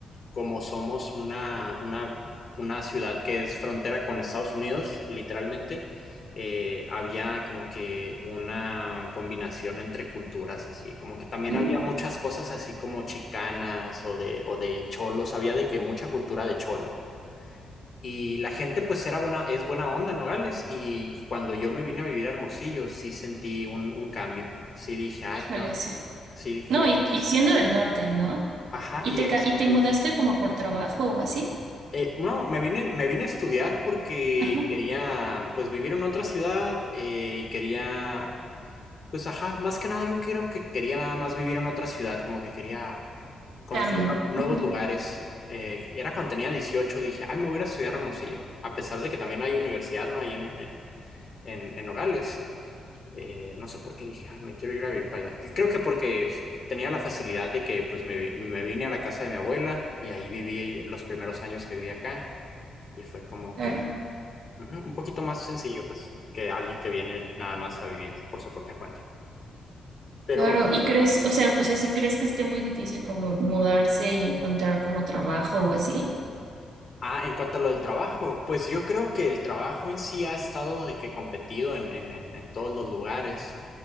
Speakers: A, on the left; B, on the right.
A: como somos una, una, una ciudad que es frontera con Estados Unidos, literalmente, eh, había como que una combinación entre culturas, así, como que también
B: Mm,
A: había muchas cosas así como chicanas o de, o de cholos, había de que mucha cultura de cholo. Y la gente pues era buena, es buena onda en Nogales y cuando yo me vine a vivir a Hermosillo sí sentí un, un cambio, sí dije, ay,
B: Híjole,
A: cabrón",
B: sí.
A: sí fue,
B: No, y, y siendo del norte, ¿no?
A: ajá,
B: Y
A: y
B: te,
A: exactamente.
B: ca- y te mudaste como por trabajo o así.
A: Eh, no, me vine, me vine a estudiar porque
B: Ajá.
A: quería, pues, vivir en otra ciudad eh, y quería, pues, ajá, más que nada yo creo que quería nada más vivir en otra ciudad, como que quería conocer
B: Cambio.
A: nue- nuevos
B: Ujú,
A: lugares. Eh, era cuando tenía 18 dije, ay, me voy a ir a estudiar a Hermosillo, a pesar de que también hay universidad, ¿no? Ahí en, en, en, en Nogales. Eh, no sé por qué dije, ay, me quiero ir a vivir para allá. Y creo que porque tenía la facilidad de que, pues, me, vi- me vine a la casa de mi abuela y ahí viví los primeros años que viví acá. Y fue como
B: Claro.
A: que ujú, un poquito más sencillo, pues, que alguien que viene nada más a vivir por su propia cuenta. Pero,
B: Claro, y crees, o sea, o sea, si crees que esté muy difícil como mudarse y encontrar como trabajo o así.
A: ah, en cuanto a lo del trabajo, pues yo creo que el trabajo en sí ha estado de que competido en, en, en, en todos los lugares.